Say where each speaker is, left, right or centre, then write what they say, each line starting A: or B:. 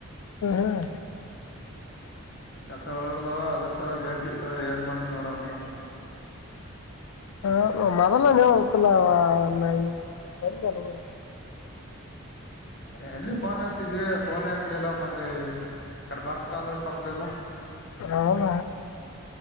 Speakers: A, on the left; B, on the left.
A: ಹ್ಮ್
B: ಕೆಲ್ಸಗಳು ನಡ್ದಾವ ಅದ್ರ ಸಲ ಬೇಕಿತ್ತು ಏನ್ ಮಾಡಾತ್ ನೋಡ ಅಂತ
A: <unintelligible>
B: ಎಲ್ಲಿ ಫೋನ್ ಹಚ್ಚಿದ್ವಿ ಫೋನ್ ಎತಲಿಲ್ಲ ಮತ್ತೆ ಈ ಕಡೆ ಬರ್ತ ಅಂದ್ರ ಬರ್ಲಿಲ್ಲ
A: ಹೌದ